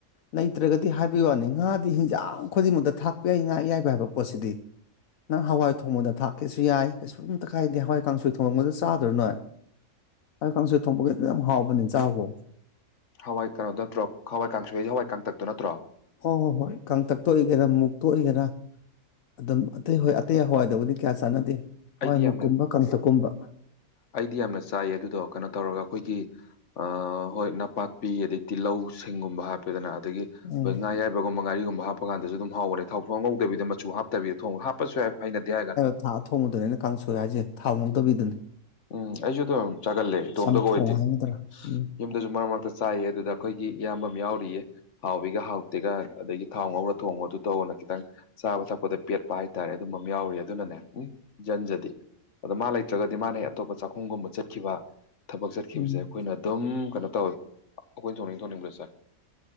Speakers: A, on the left; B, on the left.
A: ꯂꯩꯇ꯭ꯔꯒꯗꯤ ꯍꯥꯏꯕꯒꯤ ꯋꯥꯅꯤ ꯉꯥꯗꯤ ꯍꯤꯟꯖꯥꯡ ꯈꯨꯗꯤꯡꯃꯛꯇ ꯊꯥꯛꯄ ꯌꯥꯏ ꯉꯥ ꯑꯌꯥꯏꯕ ꯍꯥꯏꯕ ꯄꯣꯠꯁꯤꯗꯤ ꯅꯪ ꯍꯋꯥꯏ ꯊꯣꯡꯕꯗ ꯊꯥꯛꯀꯦꯁꯨ ꯌꯥꯏ ꯀꯩꯁꯨꯝꯇ ꯀꯥꯏꯗꯦ ꯍꯋꯥꯏ ꯀꯥꯡꯁꯣꯏ ꯊꯣꯡꯕꯒ ꯆꯥꯗ꯭ꯔꯣ ꯅꯣꯏ ꯍꯋꯥꯏ ꯀꯥꯡꯁꯣꯏ ꯊꯣꯡꯕꯒꯗꯣ ꯌꯥꯝ ꯍꯥꯎꯕꯅꯤ ꯆꯥꯑꯣ
B: ꯍꯋꯥꯏ ꯀꯩꯅꯣꯗꯣ ꯅꯠꯇ꯭ꯔꯣ ꯍꯋꯥꯏ ꯀꯥꯡꯁꯣꯏꯖꯦ ꯍꯋꯥꯏ ꯀꯥꯡꯇꯛꯇꯣ ꯅꯠꯇ꯭ꯔꯣ
A: ꯍꯣꯏ ꯍꯣꯏ ꯍꯣꯏ ꯀꯥꯡꯇꯛꯇ ꯑꯣꯏꯒꯦꯔꯥ ꯃꯨꯛꯇ ꯑꯣꯏꯒꯦꯔꯥ ꯑꯗꯨꯝ ꯑꯇꯩ ꯍꯣꯏ ꯑꯇꯩ ꯍꯋꯥꯏꯗꯕꯨꯗꯤ ꯀꯌꯥ ꯆꯥꯟꯅꯗꯦ ꯍꯋꯥꯏꯃꯨꯛ
B: ꯑꯩꯗꯤ ꯌꯥꯝꯅ
A: ꯀꯨꯝꯕ ꯀꯪꯇꯛꯀꯨꯝꯕ
B: ꯑꯩꯗꯤ ꯌꯥꯝꯅ ꯆꯥꯏꯌꯦ ꯑꯗꯨꯗꯣ ꯀꯩꯅꯣ ꯇꯧꯔꯒ ꯑꯩꯈꯣꯏꯒꯤ ꯑ ꯍꯣꯏ ꯅꯄꯥꯛꯄꯤ ꯑꯗꯩ ꯇꯤꯜꯍꯧ ꯁꯤꯡꯒꯨꯝꯕ ꯍꯥꯞꯄꯦꯗꯅ ꯑꯗꯒꯤ
A: ꯎꯝ
B: ꯍꯣꯏ ꯉꯥ ꯑꯌꯥꯏꯕꯒꯨꯝꯕ ꯉꯥꯔꯤꯒꯨꯝꯕ ꯍꯥꯞꯄ ꯀꯥꯟꯗꯁꯨ ꯑꯗꯨꯝ ꯍꯥꯎꯕꯅꯦ ꯊꯥꯎ ꯁꯨꯉꯧ ꯉꯧꯗꯕꯤꯗ ꯃꯆꯨ ꯍꯥꯞ ꯇꯕꯤ ꯊꯣꯡꯕ ꯍꯥꯞꯄꯁꯨ ꯌꯥꯏ ꯍꯩꯅꯗꯦ ꯍꯥꯏꯒ
A: ꯊꯥ ꯊꯣꯡꯕꯗꯨꯅꯦ ꯑꯩꯅ ꯀꯥꯡꯁꯣꯏ ꯍꯥꯏꯁꯦ ꯊꯥꯎ ꯉꯧꯗꯕꯤꯗꯨꯅꯦ
B: ꯎꯝ ꯑꯩꯁꯨ ꯑꯗꯨꯝ ꯆꯥꯒꯂꯦ ꯏꯇꯣꯝꯇꯒ
A: ꯆꯝꯊꯣꯡ
B: ꯑꯣꯏꯗꯤ
A: ꯍꯥꯏꯒꯗ꯭ꯔꯥ ꯎꯝ
B: ꯌꯨꯝꯗꯁꯨ ꯃꯔꯛ ꯃꯔꯛꯇ ꯆꯥꯏꯑꯦ ꯑꯗꯨꯗ ꯑꯩꯈꯣꯏꯒꯤ ꯏꯌꯥꯝꯕꯝ ꯌꯥꯎꯔꯤꯌꯦ ꯍꯥꯎꯏꯒ ꯍꯥꯎꯇꯦꯒꯅ ꯑꯗꯒꯤ ꯊꯥꯎ ꯉꯧꯔ ꯊꯣꯡꯉꯣ ꯑꯗꯨ ꯇꯧꯅ ꯈꯤꯇꯪ ꯆꯥꯕ ꯊꯛꯄꯗ ꯄꯦꯠꯄ ꯍꯥꯏꯇꯥꯔꯦ ꯑꯗꯨꯝꯕꯝ ꯌꯥꯎꯔꯤꯌꯦ ꯑꯗꯨꯅꯅꯦ ꯎꯝ ꯖꯟꯖꯗꯤ ꯑꯗꯣ ꯃꯥ ꯂꯩꯇ꯭ꯔꯒꯗꯤ ꯃꯥꯅꯦ ꯑꯇꯣꯞꯄ ꯆꯥꯛꯈꯨꯝꯒꯨꯝꯕ ꯆꯠꯈꯤꯕ ꯊꯕꯛ ꯆꯠꯈꯤꯕꯁꯦ
A: ꯎꯝ
B: ꯑꯩꯈꯣꯏꯅ ꯗꯨꯝ ꯀꯩꯅꯣ ꯇꯧꯋꯤ ꯑꯩꯈꯣꯏꯅ ꯊꯣꯡꯅꯤꯡ ꯊꯣꯡꯅꯤꯡꯕ ꯆꯥꯏ